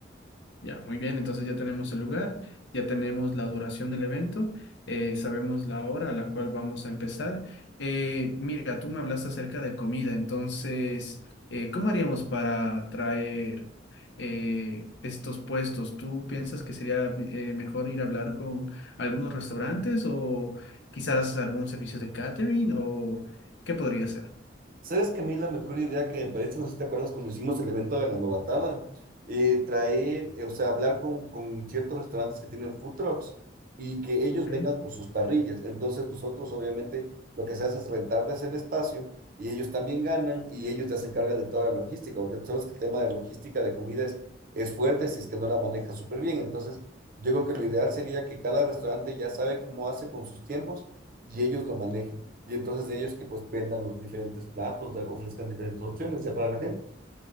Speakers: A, on the left; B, on the right.
A: Ya, muy bien, entonces ya tenemos el lugar, ya tenemos la duración del evento, eh, sabemos la hora a la cual vamos a empezar. Eh, mira, tú me hablaste acerca de comida, entonces, eh, ¿cómo haríamos para traer eh, estos puestos? ¿Tú piensas que sería eh, mejor ir a hablar con algunos restaurantes o quizás algún servicio de catering o qué podría ser?
B: ¿Sabes que a mí la mejor idea que me parece, no sé si te acuerdas cuando hicimos el evento de la novatada, eh, traer, eh, o sea, hablar con, con ciertos restaurantes que tienen food trucks y que ellos
A: Ok.
B: vengan con sus parrillas. Entonces nosotros obviamente lo que se hace es rentarles el espacio y ellos también ganan y ellos ya se encargan de toda la logística, porque tú sabes que el tema de logística de comida es, es fuerte si es que no la maneja súper bien. Entonces yo creo que lo ideal sería que cada restaurante ya sabe cómo hace con sus tiempos y ellos lo manejen. Y entonces ellos que pues vendan los diferentes platos, eh, ofrezcan diferentes opciones ya para la gente.